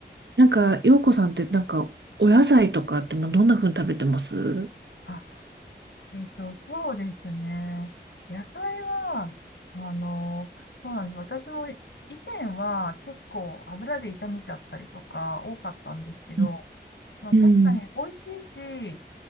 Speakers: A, on the right; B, on the left.
A: なんか、洋子さんってなんか、お野菜とかってまあどんな風に食べてますう
B: あ、えっと、そうですね。野菜は、あの、そうなんです。私も以前は結構油で炒めちゃったりとか多かったんですけど、
A: ん、
B: まあ確かに美味しいし、
A: うん、